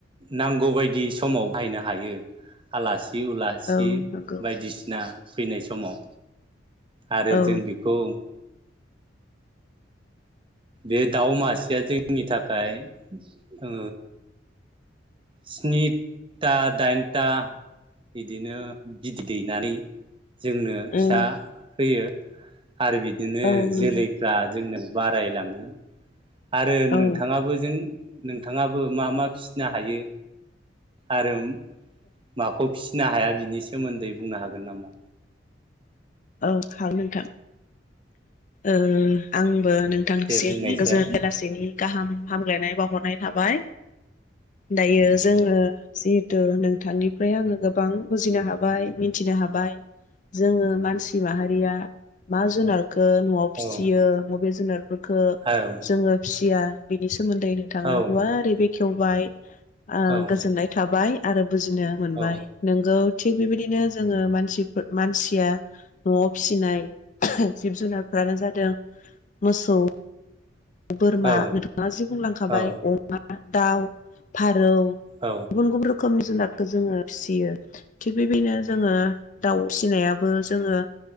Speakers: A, on the right (about 30°); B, on the left (about 40°).
A: नांगौ बायदि समाव बाहायनो हायो आलासि उलासि
B: औ नंगौ
A: बायदिसिना फैनाय समाव आरो
B: औ
A: जों बेखौ बे दाउ मासेया जोंनि थाखाय ओ स्निथा दाइनथा बिदिनो बिदै दैनानै जोंनो फिसा
B: उम
A: होयो। आरो बिदिनो
B: औ
A: जोलैफ्रा
B: नंगौ
A: जोंनाव बारा रायलाङो आरो नोंथाङाबो
B: औ
A: जों नोंथाङाबो मा मा फिसिनो हायो आरो माखौ? फिसिनो हाया बिनि सोमोन्दै बुंनो हागोन नामा?
B: औ हागोन नोंथां ओ आं बो नोंथांनिसिम
A: दे बुंनायसाय
B: गोजोन बेलासिनि गाहाम हामलायनाय बावहरनाय थाबाय दायो जोङो जिहेथु नोंथांनिफ्राय आङो गोबां बुजिनो हाबाय मिन्थिनो हाबाय जोङो सि माहारिया मा जुनार खो न'आव फिसियो
A: औ
B: बबे जुनार फोरखो
A: औ
B: जोङो फिसि <unintelligible> सोमोन्दै नोंथाङा
A: औ
B: गुवारै बेखेवबाय ओ
A: औ
B: गोजोननाय थाबाय। आरो बुजिनो मोनबाय
A: औ
B: नोंगौ थिग बेबायदिनो जोङो मानसिफो मानसिया न'आव फिसिनाय जिब जुनारफ्रानो जादों मोसौ बोरमा
A: औ
B: नोंथाङा जि बुंलांखाबाय
A: औ
B: अमा, दाउ फारौ
A: औ
B: गुबुन गुबुन रोखोमनि जुनारखौ जोङो फिसि सियो थिग बेबादिनो जोङो दाउ फिनायाबो बो जोङो